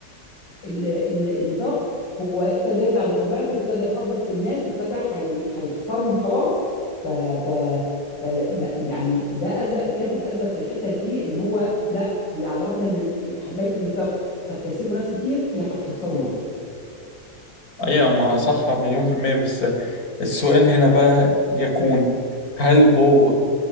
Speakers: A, on the left; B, on the left.
A: ال- ال- النفاق هو ابتدى يرجع لطبيعته وابتدى يخبط في الناس وابتدى حي- هيخسرهم خلاص ف ف ف ما- يعني ده اثبت الكاتب اثبت في الحته دي ان هو لا هي على الرغم ان حبايه النفاق هتكسبه ناس كتير هي هتخسره نفسه
B: ايوه ما صح مليون في المية بس السؤال هنا بقى يكون هل هو